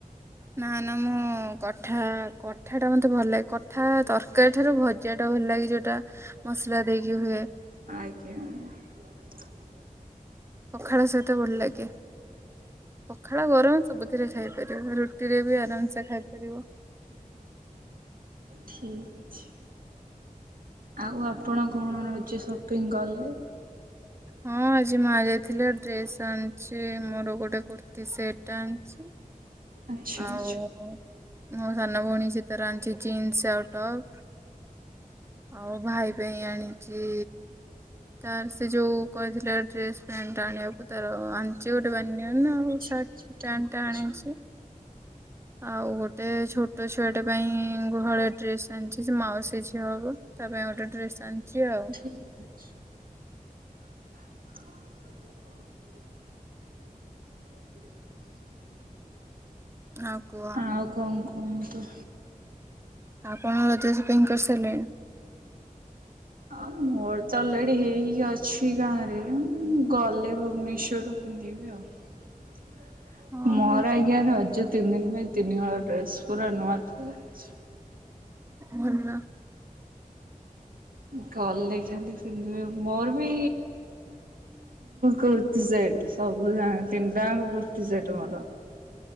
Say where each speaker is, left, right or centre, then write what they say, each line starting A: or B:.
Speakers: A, on the right (about 20°); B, on the right (about 85°).
A: ନା ନା ମୁଁ କଠା କଠା ଟା ମତେ ଭଲ ଲାଗେ କଠା ତରକାରୀ ଠାରୁ ଭଜା ଟା ଭଲ ଲାଗେ ଯୋ ଟା ମସଲା ଦେଇକି ହୁଏ।
B: ଆଜ୍ଞା।
A: ପଖାଳ ସହିତ ଭଲ ଲାଗେ ପଖାଳ ଗରମ ସବୁଥିରେ ଖାଇପାରିବ ରୁଟିରେ ବି ଏକଦମସେ ଖାଇପାରିବ
B: ଠିକ ଅଛି ଆଉ ଆ ଆପଣ କଣ ରଜ ସପିଙ୍ଗ କଲେ?
A: ହଁ ଆଜି ମାଁ ଯାଇଥିଲେ ଡ୍ରେସ ଆଣିଛି ମୋର ଗୋଟେ କୁର୍ତ୍ତୀ ସେଟ ଟେ ଆଣିଛି।
B: ଆଚ୍ଛା
A: ଆଉ
B: ଆଚ୍ଛା।
A: ମୋ ସାନ ଭଉଣୀ ସେ ତାର ଆଣିଛି ଜିନ୍ସ ଆଉ ଟପ୍ ଆଉ ଭାଇ ପାଇଁ ଆଣିଛି ତାର ସେ ଯୋଉ କହିଥିଲା ଡ୍ରେସ୍ ପ୍ୟାଣ୍ଟ ଆଣିବାକୁ ତାର ଆଣିଛି ଗୋଟେ <unintelligible>
B: ଆଚ୍ଛା
A: ସଟ୍
B: ଆଚ୍ଛା ଠିକ୍
A: ପ୍ୟାଣ୍ଟଟା
B: ଅଛି
A: ଆଣିଛି। ଆଉ ଗୋଟେ ଛୋଟ, ଛୋଟ ଛୁଆଟ ପାଇଁ ଗୁହଳି ଡ୍ରେସ ଆଣିଛି ସେ ମାଉସୀ ଝିଅ ହବ ତା ପାଇଁ ଗୋଟେ ଡ୍ରେସ୍ ଆଣିଛି ଆଉ
B: ଠିକ୍ ଅଛି। <unintelligible>
A: ଆଉ କୁହ
B: ହଉ କଣ କୁହ? କୁହନ୍ତୁ?
A: ଆପଣ ରଜସପିଙ୍ଗ କରିସାରିଲେଣି।
B: ଆଉ ମୋର ତ ଅଲରେଡି ହେଇକି ଅଛି ଗାଁ ରେ। ଗଲେ ଭୁବନେଶ୍ଵର ପିନ୍ଧିବି ଆଉ।
A: ହଁ
B: ମୋର ଆଜ୍ଞା ରଜ ତିନି ଦିନ ପାଇ ତିନିହଳ ଡ୍ରେସ୍ ପୁରା ନୂଆ ଥୁଆ ହେଇଚି।
A: ଭଲ।
B: ଗଲେ ଖାଲି ସେମିତି ମୋର ବି କୁର୍ତି ସେଟ ସବୁ ଜ ତିନି ଟଙ୍କାଙ୍କ କୁର୍ତି ସେଟ ମୋର।